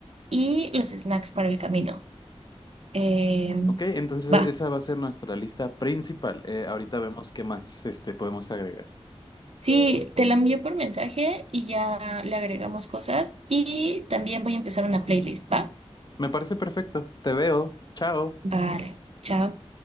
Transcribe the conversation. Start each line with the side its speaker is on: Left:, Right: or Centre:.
Right: Y los snacks para el camino. Eh,
Left: Ok, entonces
Right: va.
Left: e-, esa va a ser nuestra lista principal. Eh, ahorita vemos qué más este, podemos agregar.
Right: Sí, te la envío por mensaje y ya le agregamos cosas. Y también voy a empezar una playlist, ¿va?
Left: Me parece perfecto. Te veo. Chao.
Right: Vale, chao.